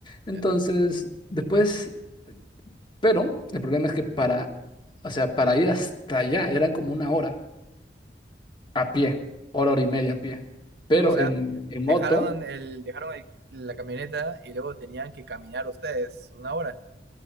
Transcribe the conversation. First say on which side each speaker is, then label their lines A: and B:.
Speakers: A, on the left; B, on the right.
A: Entonces,
B: Ya.
A: después, pero el problema es que para, o sea, para ir hasta allá era como una hora a pie, hora, hora y media a pie. Pero
B: O sea,
A: en, en
B: dejaron
A: moto.
B: el, dejaron el- la camioneta y luego tenían que caminar ustedes una hora.